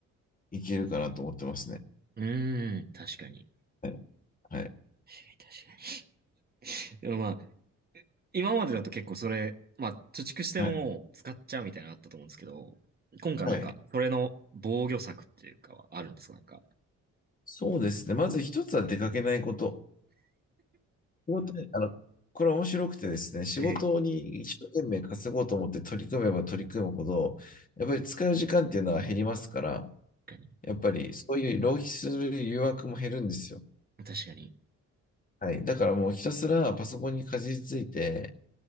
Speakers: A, on the left; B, on the right.
A: いけるかなと思ってますね。
B: うんうーん、確かに。
A: はい。はい。
B: 確かに。でもまあ、今までだと結構それ、まあ、貯蓄しても使っちゃうみたいなのあったと思うんですけど、
A: はい。
B: 今回なんか、
A: はい
B: それの防御策っていうかはあるんですかなんか。
A: そうですね。まず一つは出かけないこと。仕事にあの、これ面白くてですね、仕事に一生懸命稼ごうと思って取り組めば取り組むほど、
B: ええ。
A: やっぱり使う時間っていうのは減りますから、
B: 確かに。
A: やっぱりそういう浪費する誘惑も減るんですよ。
B: 確かに。
A: はい。だからもうひたすらパソコンにかじりついて、